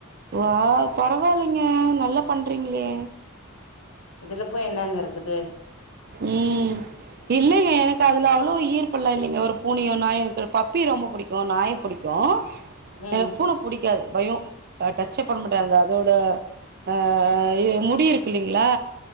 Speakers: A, on the right (about 45°); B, on the left (about 80°).
A: வாவ் பரவால்லிங்க நல்லா பண்றீங்ளே
B: இதுல போய் என்னங்க இருக்குது
A: ம் இல்லிங்க எனக்கு அதுல அவ்ளோ ஈரப்பல்லா இல்லிங்க ஒரு பூனயோ நாய் எனக்கு பப்பி ரொம்ப புடிக்கு நாய் புடிக்கு அ
B: ம்
A: எனக்கு பூன புடிக்காது பயோ அத டச்சே பண்ண மாட்ட அந்த அதோட அ இது முடி இருக்கில்லிங்ளா